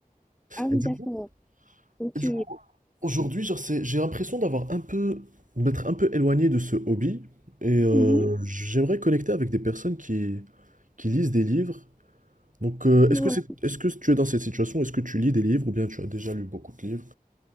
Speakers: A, in the centre; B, on the right.
A: Ah oui,
B: Et du
A: d'accord.
B: coup,
A: Ok.
B: Et du coup, aujourd'hui, genre, c'est, j'ai l'impression d'avoir un peu, d'être un peu éloigné de ce hobby. Et euh,
A: Mhm.
B: j'aimerais connecter avec des personnes qui, qui lisent des livres. Donc, euh,
A: Ouais.
B: est-ce que c'est, est-ce que tu es dans cette situation? Est-ce que tu lis des livres ou bien tu as déjà lu beaucoup de livres?